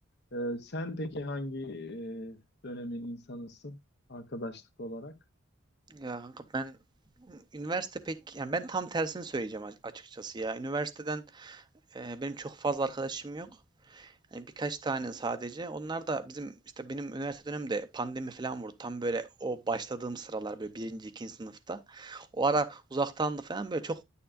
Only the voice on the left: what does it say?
Ee, sen peki hangi e, dönemin insanısın arkadaşlık olarak?